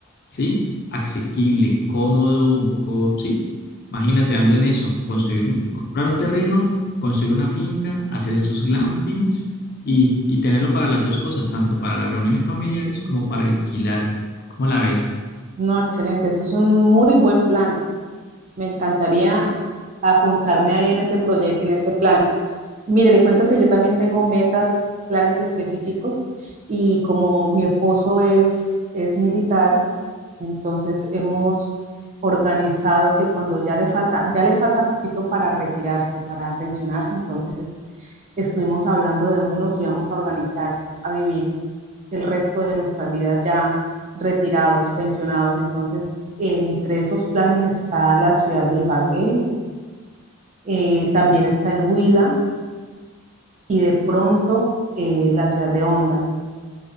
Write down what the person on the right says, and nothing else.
No, excelente. Eso es un muy buen plan. Me encantaría apuntarme ahí en ese proyecto, en ese plan. Mire, le cuento que yo también tengo metas, planes específicos y como mi esposo es, es militar, Entonces hemos organizado que cuando ya le falta, ya le falta poquito para retirarse, para pensionarse, entonces estuvimos hablando de dónde nos íbamos a organizar a vivir el resto de nuestras vidas ya retirados, pensionados. Entonces, entre esos planes está la ciudad de Ibagué, eh, también está el Huila y de pronto eh, la ciudad de Honda.